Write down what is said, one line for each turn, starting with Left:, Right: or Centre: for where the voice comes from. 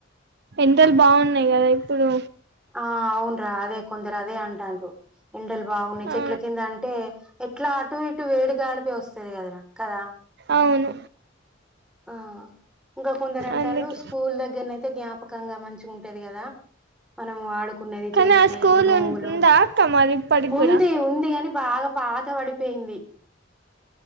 Right: ఎండలు బాగున్నాయి కదా ఇప్పుడు
Centre: ఆ అవున్రా అదే కొందరు అదే అంటాండ్రు ఎండలు బాగున్నాయి చెట్ల
Right: ఆ
Centre: కింద అంటే ఎట్లా అటు ఇటు వేడి గాడిపి వస్తది కదరా కదా
Right: అవును
Centre: ఆ ఇంకా కొందరు అంటాండ్లు
Right: అందుకే
Centre: స్కూల్ దగ్గరనయితే జ్ఞాపకంగా మంచిగుంటది కదా మనం ఆడుకున్నది
Right: కానీ
Centre: చేసినయి
Right: ఆ స్కూల్
Centre: రూములు
Right: ఉందా అక్క మరి ఇప్పటికి
Centre: ఉంది
Right: కూడా
Centre: ఉంది కాని బాగా పాత వడి పోయింది